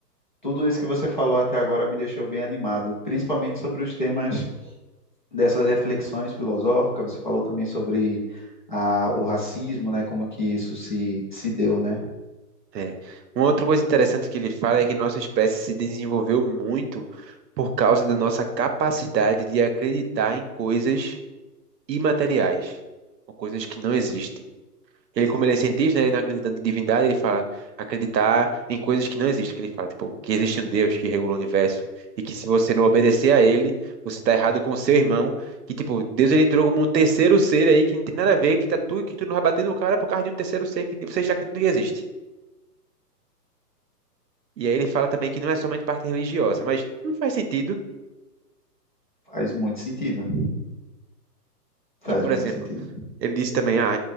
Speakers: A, on the left; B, on the right.
A: Tudo isso que você falou até agora me deixou bem animado, principalmente sobre os temas dessas reflexões filosóficas. Você falou também sobre a, o racismo, né? Como que isso se, se deu, né?
B: É. Uma outra coisa interessante que ele fala é que nossa espécie se desenvolveu muito por causa da nossa capacidade de acreditar em coisas imateriais, ou coisas que não existem. Ele, como ele é cientista, né, ele não acredita em divindade, ele fala acreditar em coisas que não existem, que ele fala, tipo, que existe um Deus que regula o universo e que se você não obedecer a ele, você está errado com seu irmão, que tipo, Deus ele entrou como um terceiro ser aí que não tem nada a ver, que tá tu, que tu não vai bater no cara por causa de um terceiro ser que você já acredita que existe. E aí ele fala também que não é somente parte religiosa, mas não faz sentido.
A: Faz muito sentido. Faz
B: E, por
A: muito
B: exemplo,
A: sentido.
B: ele disse também, ah,